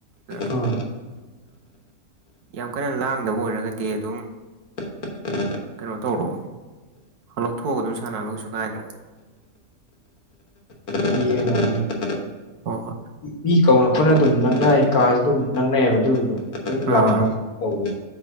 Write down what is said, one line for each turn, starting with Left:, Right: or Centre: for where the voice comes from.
Right: ꯑꯗꯨ
Left: ꯑꯥ
Right: ꯌꯥꯝ ꯀꯟꯅ ꯂꯥꯡꯗꯕ ꯑꯣꯏꯔꯒꯗꯤ ꯑꯗꯨꯝ
Left: ꯎꯝ ꯎꯝ ꯎꯝ
Right: ꯀꯩꯅꯣ ꯇꯧꯔꯣ ꯂꯧꯊꯣꯛꯑꯒ ꯑꯗꯨꯝ ꯁꯥꯟꯅꯕ ꯀꯩꯁꯨ ꯀꯥꯏꯗ꯭ꯔꯕꯩ
Left: ꯌꯦꯡꯉꯖꯤꯅꯦ
Right: ꯍꯣ ꯍꯣꯏ
Left: ꯃꯤ ꯀꯧꯅ ꯈꯣꯠꯅ ꯑꯗꯨꯝ ꯅꯪꯅꯩ ꯀꯥꯁꯨ ꯑꯗꯨꯝ ꯅꯪꯅꯩꯌꯦꯕ ꯑꯗꯨꯝ ꯑꯗꯨꯝ ꯂꯥꯎꯅꯕ
Right: ꯑꯥ
Left: ꯇꯧꯏ